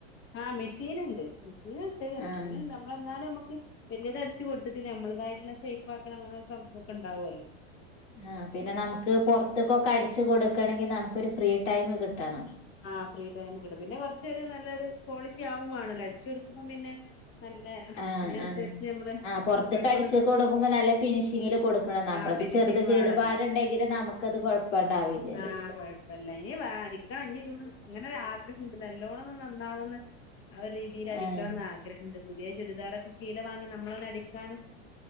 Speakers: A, on the left (about 35°); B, on the left (about 85°).
A: ആ മെഷീൻണ്ട് മെഷീൻണ്ട് മെഷീൻണ്ട്
B: ആഹ്
A: നമ്മളന്നാലും നമ്മക്ക് വലിയത് അടച്ച് കൊടുത്തിട്ടില്ല നമ്മളതായിട്ടുള്ള ഷേയ്‌പ്പ് ആക്കണം അങ്ങന ഒക്കെണ്ടാവുമല്ലോ
B: ആ പിന്നെ നമുക്ക് പുറത്തേക്കൊക്കെ അടിച്ചു കൊടുക്കണമെങ്കിൽ നമുക്കൊരു ഫ്രീ ടൈം കിട്ടണം
A: ആ ഫ്രീ ടൈം കിട്ടും പിന്നെ കുറച്ചൊ ഒരു നല്ലൊരു ക്വാളിറ്റി ആവും വേണല്ലോ അടിച്ചു കൊടുക്കുമ്പം പിന്നെ നല്ല
B: ആഹ്
A: അതിനനുസരിച്ച്
B: ആഹ്
A: നമ്മള്
B: ആഹ് പൊറത്ത്ക്ക്
A: കൊഴപ്പൊന്ന
B: അടിച്ച് കൊടുക്കുമ്പോ നല്ല ഫിനിഷിങ്ങില് കൊടുക്കണം നമ്മളത്
A: ആ ഫിനിഷിങ്
B: ചെറുത് കേടുപാടുണ്ടെങ്കില്
A: വേണല്ലോ
B: നമുക്കത് കൊഴപ്പണ്ടാവില്ലല്ലോ
A: ആ കുഴപ്പില്ല ഇനി വേടിക്കണം ഇനി ഇതൊന്ന് അങ്ങനെ ഒരാഗ്രഹോണ്ട് നല്ലോണ്ണം നന്നാവന്ന് ആ ഒരു രീതിയിൽ അടിക്കണം
B: ആഹ്
A: എന്ന് ആഗ്രഹമുണ്ട് പുതിയ ചുരിദാർ ഒക്കെ ശീല വാങ്ങി നമ്മളന്നെ അടിക്കാണ്